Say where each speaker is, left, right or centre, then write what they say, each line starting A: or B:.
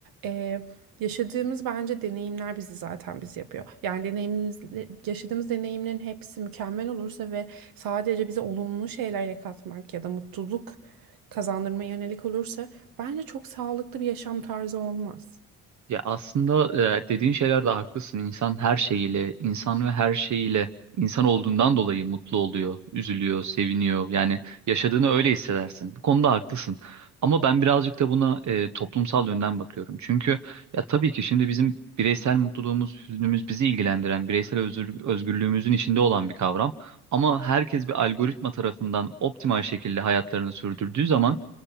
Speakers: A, on the right; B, on the right.
A: E, Yaşadığımız bence deneyimler bizi zaten biz yapıyor. Yani deneyimimiz, yaşadığımız deneyimlerin hepsi mükemmel olursa ve sadece bize olumlu şeyler katmak ya da mutluluk kazandırmaya yönelik olursa bence çok sağlıklı bir yaşam tarzı olmaz.
B: Ya aslında e, dediğin şeyler de haklısın. İnsan her şeyiyle, insan ve her şeyiyle insan olduğundan dolayı mutlu oluyor, üzülüyor, seviniyor. Yani yaşadığını öyle hissedersin. Bu konuda haklısın. Ama ben birazcık da buna e, toplumsal yönden bakıyorum. Çünkü ya tabii ki şimdi bizim bireysel mutluluğumuz, hüznümüz bizi ilgilendiren, bireysel özgür- özgürlüğümüzün içinde olan bir kavram. Ama herkes bir algoritma tarafından optimal şekilde hayatlarını sürdürdüğü zaman